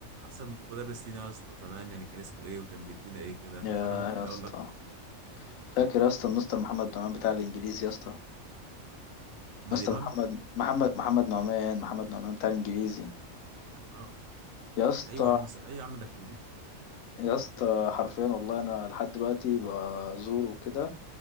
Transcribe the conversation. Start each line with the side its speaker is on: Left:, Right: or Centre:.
Right: احسن مدرس لينا يا اسطى زمان يعني كان اسمه ايه وكان بيدينا ايه كده
Left: يا
Right: وانا ممكن
Left: يا اسطى
Right: اقول لك
Left: فاكر يا اسطى المستر محمد نعمان بتاع الانجليزي يا اسطى
Right: محمد
Left: مستر محمد محمد محمد نعمان محمد نعمان بتاع الانجليزي
Right: امام
Left: يا اسطى
Right: ايوه يا عم س- ايوه يا عم ده كان بيديني
Left: يا اسطى حرفيا والله انا لحد دلوقتي بزوره وكده